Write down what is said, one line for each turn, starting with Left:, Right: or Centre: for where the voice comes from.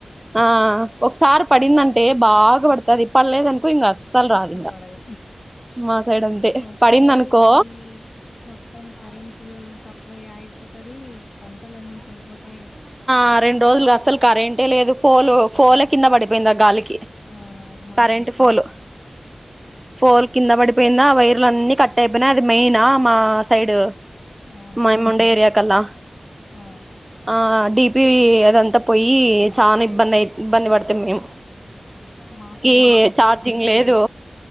Right: ఆ ఆ ఒక్ సార్ పడిందంట్ టే బాగా పడతది పళ్లేదనుకో ఇంగ అస్సల్ రాద్
Left: అస్సలు
Right: ఇంగ
Left: పడదు
Right: మా సైడ్ అంతే
Left: వర్షాలు
Right: పడింద్ అనుకో
Left: ఈ మొత్తం కరెంటు సప్లై ఆయిపోతది పంటలన్ని చెడిపోతయ్
Right: ఆ రొండు రోజుల్ గస్సల్ కరెంటే లేదు ఫోలో ఫోల కింద పడిపెయింది ఆ గాలీక్
Left: ఔనౌవును
Right: కరెంట్ ఫోలు ఫోల్ కింద పడిపెయిందా వైర్ లన్ని కట్ అయిపెయ్ అది మెయ్ నా మా సైడ్
Left: అవును
Right: మైమ్ ముండే ఏరియా కల్లా
Left: ఆ
Right: ఆ డిపివీ అదంతా పోయి చాన్ ఇబ్బందయ్ ఇబ్బంది పడితిమ్ మేమ్
Left: ఆహ మాక్ ఒక్
Right: ఈ చార్జింగ్ లేదు